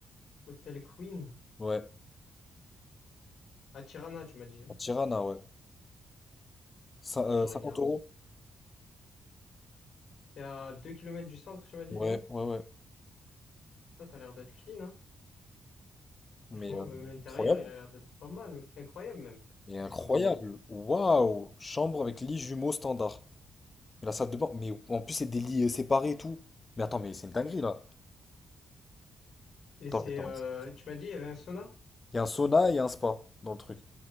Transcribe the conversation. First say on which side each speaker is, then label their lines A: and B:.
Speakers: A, on the left; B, on the left.
A: Hôtel Queen.
B: Ouais,
A: À Tirana, tu m'as dit. hein
B: à Tirana, ouais. Cin- euh,
A: Non, je regarde.
B: 50 euros?
A: T'es à 2 kilomètres du centre, tu m'as dit?
B: Ouais, ouais, ouais.
A: Ah, ça a l'air d'être clean, hein. Franchement,
B: Mais euh,
A: même l'intérieur,
B: incroyable.
A: il a l'air d'être pas mal. Incroyable, même. Parce
B: Mais incroyable.
A: que pas mal.
B: Waouh! Chambre avec lit jumeau standard. Et la salle de bain. Mais en plus, c'est des lits euh, séparés et tout. Mais attends, mais c'est une dinguerie là.
A: Et
B: Attends,
A: c'est,
B: je
A: euh,
B: vais
A: tu m'as dit, il y avait un sauna?
B: Il y a un sauna et il y a un spa dans le truc.